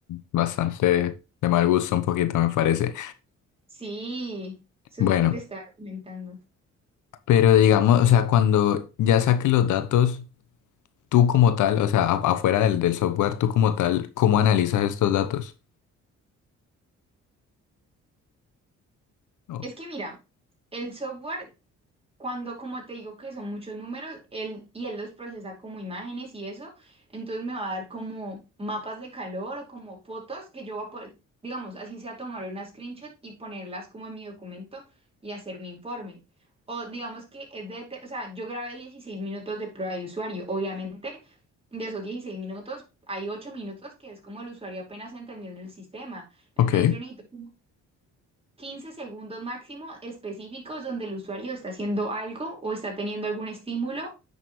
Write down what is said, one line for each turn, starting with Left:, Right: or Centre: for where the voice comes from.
Left: Bastante de mal gusto un poquito, me parece.
Right: Sí, eso
Left: Bueno.
Right: es lo que te estaba comentando.
Left: Pero digamos, o sea, cuando ya saques los datos, tú como tal, o sea, a- afuera del, del software, tú como tal, ¿cómo analizas estos datos? Oh,
Right: Es que mira, el software, cuando, como te digo que son muchos números, él y él los procesa como imágenes y eso, entonces me va a dar como mapas de calor o como fotos que yo voy a poder, digamos, así sea tomar una screenshot y ponerlas como en mi documento y hacer mi informe. O digamos que es de, te- o sea, yo grabé 16 minutos de prueba de usuario. Obviamente, de esos 16 minutos, hay 8 minutos que es como el usuario apenas entendiendo el sistema. Entonces
Left: Ok,
Right: yo necesito 15 segundos máximo específicos donde el usuario está haciendo algo o está teniendo algún estímulo